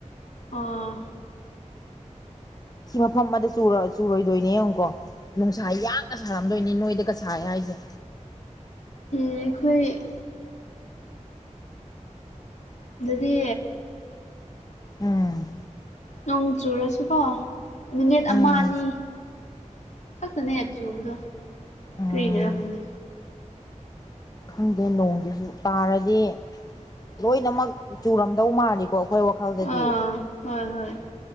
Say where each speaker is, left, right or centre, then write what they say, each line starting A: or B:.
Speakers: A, on the left; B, on the left.
A: ꯑꯥ
B: ꯁꯤ ꯃꯐꯝ ꯑꯃꯗ ꯆꯨꯔ ꯆꯨꯔꯣꯏꯗꯣꯏꯅꯦ ꯌꯦꯡꯉꯨꯀꯣ꯫ ꯅꯨꯡꯁꯥ ꯌꯥꯡꯅ ꯁꯥꯔꯝꯗꯣꯏꯅꯤ ꯅꯣꯏꯗꯒ ꯁꯥꯏ ꯍꯥꯏꯁꯦ꯫
A: ꯑꯩꯈꯣꯏ ꯑꯗꯨꯗꯤ
B: ꯎꯝ
A: ꯅꯣꯡ ꯆꯨꯔꯁꯨꯀꯣ ꯃꯤꯅꯤꯠ
B: ꯎꯝ
A: ꯑꯃ ꯑꯅꯤ ꯈꯛꯇꯅꯦ ꯆꯨꯕꯗꯣ
B: ꯎꯝ
A: ꯀ꯭ꯔꯤꯒꯦꯔꯥ ꯈꯪꯗꯦ
B: ꯈꯪꯗꯦ ꯅꯣꯡꯁꯤꯁꯨ ꯇꯥꯔꯗꯤ ꯂꯣꯏꯅꯃꯛ ꯆꯨꯔꯝꯗꯧ ꯃꯥꯜꯂꯤꯀꯣ ꯑꯈꯣꯏ ꯋꯥꯈꯜꯗꯗꯤ꯫
A: ꯑꯥ ꯍꯣꯏ ꯍꯣꯏ